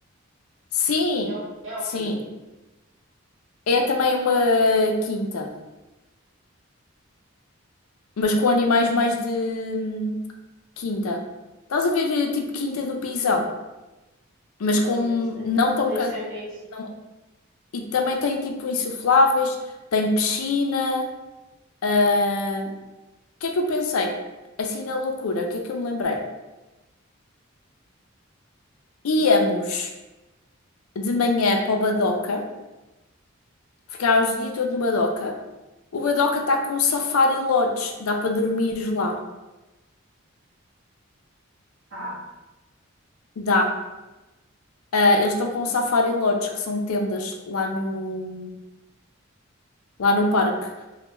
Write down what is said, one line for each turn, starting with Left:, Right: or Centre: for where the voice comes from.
Left: Sim,
Right: É o, é
Left: sim.
Right: o quê?
Left: É também uma quinta, mas com animais mais de hum, quinta. Estás a ver, eh, tipo, quinta do pisão, mas
Right: Não,
Left: com
Right: nem sei.
Left: não tão...
Right: Nem
Left: can-
Right: sei o que é isso.
Left: não- E também tem, tipo, insufláveis, tem piscina... Ah, O que é que eu pensei? Assim na loucura, o que é que eu me lembrei?
Right: Sim.
Left: Íamos de manhã para o Badoca, ficávamos o dia todo no Badoca. O Badoca está com Safari Lodge, dá para dormires lá.
Right: Ah.
Left: Dá. Ah, eles estão com Safari Lodge, que são tendas lá no, lá no parque.